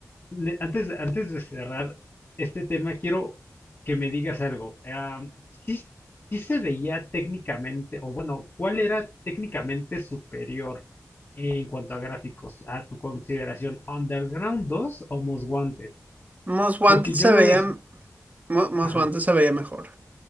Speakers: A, on the left; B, on the right.
A: ne- antes, antes de cerrar este tema, quiero que me digas algo. Am, ¿sí, sí se veía técnicamente, o bueno, cuál era técnicamente superior en cuanto a gráficos, a tu consideración, Underground 2 o Most Wanted?
B: Most Wanted
A: Porque
B: se
A: yo no
B: veía,
A: les...
B: Mo- Most
A: Ajá,
B: Wanted se veía mejor.